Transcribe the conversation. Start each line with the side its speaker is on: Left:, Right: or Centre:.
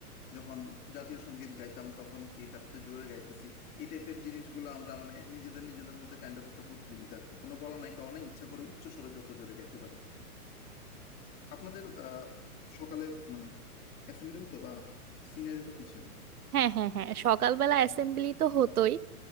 Left: যখন জাতীয় সঙ্গীত গাইতাম তখন কে কার চেয়ে জোরে গাইতেছি এই টাইপের জিনিসগুলো আমরা মানে নিজেদের নিজেদের মধ্যে কাইন্ড অফ একটা প্রতিযোগিতা আর কি কোনো বলা নাই কারণে ইচ্ছা করে উচ্চ স্বরে যত জোরে গাইতে পারি আপনাদের আহ সকালের মানে অ্যাসেম্বলি হতো বা সিনারিটা কি ছিল
Right: হ্যাঁ হ্যাঁ হ্যাঁ সকালবেলা অ্যাসেম্বলি তো হতোই